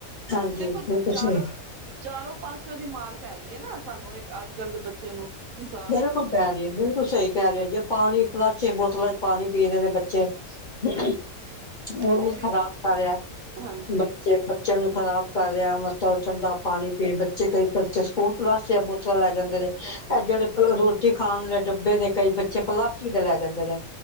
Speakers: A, on the left (about 45°); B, on the right (about 65°).
A: ਹਾਂਜੀ
B: ਦੇਖੋ
A: ਬਿਲਕੁਲ
B: ਚਾਰੋਂ
A: ਸਹੀ
B: ਚਾਰੋਂ ਪਾਸਝ ਹੀ ਸਿ ਮਾਰ ਪੈ ਰਹੀ ਹੈ ਨਾ ਸਾਨੂੰ ਅੱਜ ਕੱਲ੍ਹ ਦੇ ਬੱਚੇ ਨੂੰ। ਇਨਸਾਨ
A: ਬਿਲਕੁਲ ਪੈ ਰਹੀ। ਬਿਲਕੁਲ ਸਹੀ ਕਹਿ ਰਹੀ ਹੈ। ਜੇ ਪਾਣੀ ਪਲਾਸਟਿਕ ਬੋਤਲਾਂ 'ਚ ਪਾਣੀ ਪੀ ਰਹੇ ਨੇ ਬੱਚੇ <inaudible> ਉਹ
B: ਤੇ ਉਹ
A: ਵੀ ਖ਼ਰਾਬ ਕਰ ਰਿਹਾ।
B: ਹਾਂਜੀ
A: ਬੱਚੇ ਬੱਚਿਆਂ ਨੂੰ ਖ਼ਰਾਬ ਕਰ ਰਿਹਾ ਏ ਮਤਲਬ ਠੰਡਾ ਪਾਣੀ ਪੀ ਬੱਚੇ ਕਈ ਬਚੇ ਸਕੂਲ ਪਲਾਸਟਿਕ ਬੋਤਲਾਂ ਲੈ ਜਾਂਦੇ ਨੇ। ਐ ਜਿਹੜੇ ਰੋਟੀ ਖਾਣ ਲਈ ਡੱਬੇ ਨੇ ਕਈ ਬੱਚੇ ਪਲਾਸਟਿਕ ਦੇ ਲੈ ਜਾਂਦੇ ਨੇ